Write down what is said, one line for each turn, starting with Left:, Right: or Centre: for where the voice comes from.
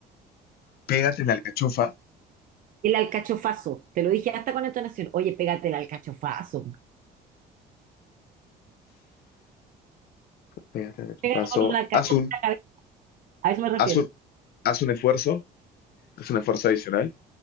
Left: Pégate en la alcachofa.
Right: El alcachofazo, te lo dije hasta con entonación. Oye, pégate el alcachofazo.
Left: Pégate en el alcachofazo.
Right: Pégate con un alcachofazo.
Left: Haz un,
Right: en la cabeza. A eso me refiero.
Left: haz un, haz un esfuerzo. Haz un esfuerzo adicional.